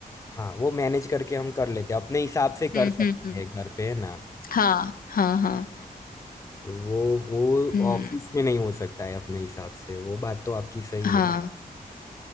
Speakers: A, on the left; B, on the left.
A: हाँ वो मैनेज करके हम कर लेते हैं अपने हिसाब से
B: हम्म
A: कर सकते
B: हम्म हम्म
A: हैं घर पे है ना
B: हाँ हाँ हाँ
A: वो वो
B: हम्म
A: ऑफिस में नहीं हो सकता है अपने हिसाब से वो बात तो आपकी सही
B: हाँ
A: है